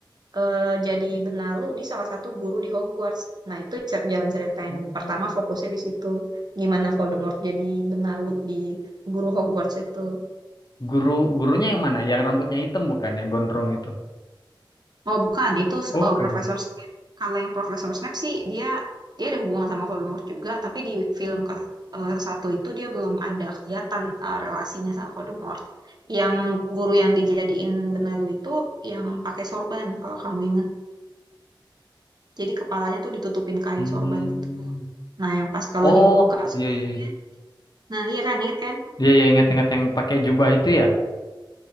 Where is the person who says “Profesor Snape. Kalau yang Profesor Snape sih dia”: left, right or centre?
Right